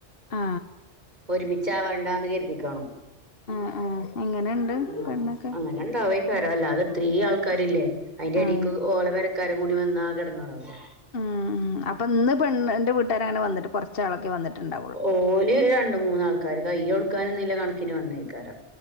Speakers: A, on the left; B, on the right.
A: ആ
B: ഒരുമിച്ചാവണ്ടാന്ന് കരുതിക്കാണും
A: ആ ആ എങ്ങനെയുണ്ട്
B: ഉം
A: പെണ്ണൊക്കെ
B: അങ്ങനെണ്ടാവേക്കാരം അല്ലാതെ ഇത്രേം ആൾക്കാരില്ലേ അയിന്റെടീക്ക്
A: ആ
B: ഓളെ പെരക്കാരും കൂടി വന്നാ ആകെടങ്ങേറാവൂലേ
A: ഉം ഉം അപ്പൊന്ന് പെണ്ണ്ന്റെ വീട്ടാരങ്ങനെ വന്നിട്ട് കൊറ ച്ചാളൊക്കേ വന്നിട്ടിണ്ട
B: ഓല് രണ്ട് മൂന്നാൾക്കാർ കയ്യൊടുക്കാനന്നില്ല കണക്കിന് വന്നേക്കാരം